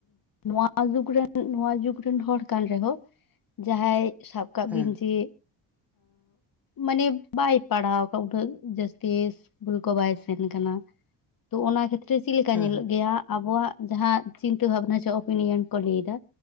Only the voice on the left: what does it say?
ᱱᱚᱣᱟ ᱡᱩᱜᱽ ᱨᱮᱱ ᱱᱚᱣᱟ ᱡᱩᱜᱽ ᱨᱮᱱ ᱦᱚᱲ ᱠᱟᱱ ᱨᱮᱦᱚᱸ ᱡᱟᱦᱟᱸᱭ ᱥᱟᱵ ᱠᱟᱜ
ᱵᱤᱱ ᱡᱮ ᱢᱟᱱᱮ ᱵᱟᱭ ᱯᱟᱲᱦᱟᱣ ᱟᱠᱟᱫ ᱩᱱᱟᱹᱜ ᱡᱟᱹᱥᱛᱤ ᱤᱥᱠᱩᱞ ᱠᱚ ᱵᱟᱭ ᱥᱮᱱ ᱠᱟᱱᱟ ᱛᱚ ᱚᱱᱟ ᱠᱷᱮᱛᱨᱮ ᱪᱮᱫ ᱞᱮᱠᱟ
ᱧᱮᱞᱚᱜ
ᱜᱮᱭᱟ ᱟᱵᱚᱣᱟᱜ ᱡᱟᱦᱟ ᱪᱤᱱᱛᱟᱹ ᱵᱷᱟᱵᱽᱱᱟ ᱥᱮ ᱚᱯᱤᱱᱤᱭᱚᱱ ᱠᱚ ᱞᱟᱹᱭ ᱫᱟ